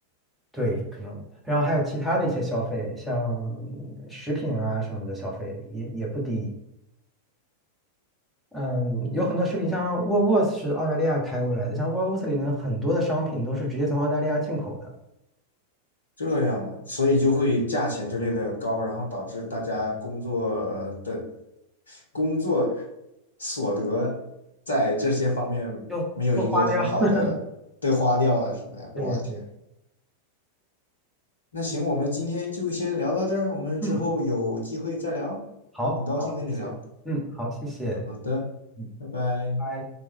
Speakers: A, in the centre; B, on the left (about 75°).
A: 对，可能，然后还有其他的一些消费，像食品啊什么的消费也也不低。嗯，有很多食品，像沃尔沃斯是澳大利亚开过来的，像沃尔沃斯里面很多的商品都是直接从澳大利亚进口的，
B: 这样啊，所以就会价钱之类的高，然后导致大家工作的工作所得在这些方面没有一个很好的被花掉了，
A: 就都花掉。<laughs>
B: 是呗？
A: 对对，
B: 哇天，那行，我们今天就先聊到这儿，我们之后有机会再聊，
A: 嗯，好，
B: 很高兴跟你聊。
A: 好，谢谢，嗯，好，谢谢，
B: 好的，
A: 嗯，
B: 拜拜。
A: 拜拜。